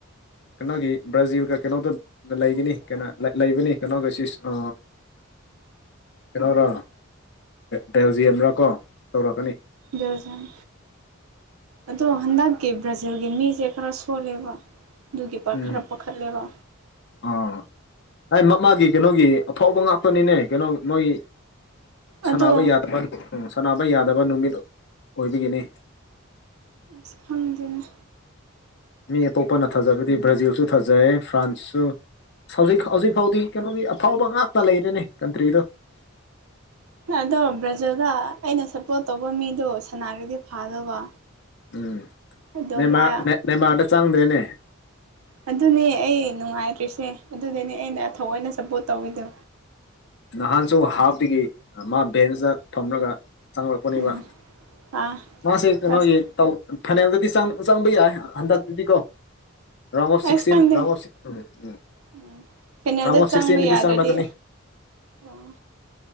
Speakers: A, on the left (about 55°); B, on the right (about 85°).
A: ꯀꯩꯅꯣꯒꯤ ꯭ꯔꯥꯖꯤꯜ ꯀ ꯀꯩꯅꯣꯗ ꯂꯩꯒꯅꯤ ꯀꯩꯅ ꯂꯩꯕꯅꯤ ꯀꯩꯅꯣ ꯀ ꯁꯤ ꯑ ꯍꯔꯣꯔꯣ ꯗꯥꯦꯜꯖꯤ ꯑꯃ꯭ꯔꯥ ꯀꯣ ꯇꯧꯔꯛꯀꯅꯤ
B: ꯗꯖꯟ ꯑꯗꯣ ꯍꯟꯗꯛꯀꯤ ꯕ꯭ꯔꯥꯖꯤꯜꯒꯤ ꯃꯤꯁꯦ ꯈꯔ ꯁꯣꯜꯂꯦꯕ ꯑꯗꯨꯒꯤ ꯄꯔ
A: ꯎꯝ
B: ꯈꯔ ꯄꯥꯈꯠꯂꯦꯕ
A: ꯑꯥ ꯍꯥꯏ ꯃ ꯃꯥꯒꯤ ꯀꯩꯅꯣꯒꯤ ꯑꯐꯥꯎꯕ ꯉꯥꯛꯄꯅꯤꯅꯦ ꯀꯩꯅꯣ ꯃꯣꯏ ꯁꯅꯕ
B: ꯑꯗꯣ
A: ꯌꯥꯗꯕ ꯁꯥꯟꯅꯕ ꯌꯥꯗꯕ ꯅꯨꯃꯤꯠ ꯑꯣꯏꯕꯒꯤꯅꯤ
B: ꯑꯁ ꯈꯪꯗꯅ
A: ꯃꯤ ꯑꯇꯣꯞꯄꯅ ꯊꯥꯖꯕꯗꯤ ꯕ꯭ꯔꯥꯖꯤꯜꯁꯨ ꯊꯥꯖꯩꯔꯦ ꯐ꯭ꯔꯥꯟꯁꯁꯨ ꯍꯧꯖꯤꯛ ꯍꯧꯖꯤꯛ ꯐꯥꯎꯗꯤ ꯀꯩꯅꯣꯒꯤ ꯑꯐꯥꯎꯕ ꯉꯥꯛꯇ ꯂꯩꯔꯤꯦꯅꯦ ꯀꯟꯇ꯭ꯔꯤꯗ
B: ꯑꯗꯣ ꯕ꯭ꯔꯖꯤꯜꯗ ꯑꯩꯅ ꯁꯄꯣꯔꯠ ꯇꯧꯕ ꯃꯤꯗꯣ ꯁꯅꯥꯒꯤꯗꯤ ꯐꯥꯗꯧꯕ
A: ꯎꯝ
B: ꯑꯗꯣ
A: ꯅꯦꯃꯥ
B: ꯃꯥ
A: ꯅꯦꯃꯥꯔꯗ ꯆꯪꯗ꯭ꯔꯦꯅꯦ
B: ꯑꯗꯨꯅꯦ ꯑꯩ ꯅꯨꯡꯉꯥꯏꯇ꯭ꯔꯤꯁꯦ ꯑꯗꯨꯗꯅꯦ ꯑꯩꯅ ꯊꯑꯣꯏꯅ ꯁꯞꯄꯣꯔꯠ ꯇꯧꯋꯤꯗꯣ
A: ꯅꯍꯥꯟꯁꯨ ꯍꯥꯞꯇꯒꯤ ꯃꯥ ꯕꯦꯟꯁꯇ ꯊꯝꯂꯒ ꯆꯪꯉꯣꯔꯛꯄꯅꯦꯕ
B: ꯎꯝ ꯑꯥ
A: ꯃꯥꯁꯦ ꯀꯩꯅꯣꯒꯤ
B: ꯑꯁ
A: ꯇꯧ ꯐꯥꯏꯅꯥꯜꯗꯗꯤ ꯆꯪꯕ ꯌꯥꯏ ꯍꯟꯗꯛꯇꯗꯤꯀꯣ ꯔꯥꯎꯟ ꯑꯣꯐ ꯁꯤꯛꯁꯇꯤꯟ
B: ꯑꯁ ꯈꯪꯗꯦ
A: round of um um
B: um ꯐꯦꯅꯦꯜꯗ
A: round ꯑꯣꯐ
B: ꯆꯪꯕ
A: ꯁꯤꯛꯁꯇꯤꯟꯗꯗꯤ
B: ꯌꯥꯗ꯭ꯔꯗꯤ
A: ꯆꯪꯂꯛꯀꯅꯤ
B: ꯎꯝ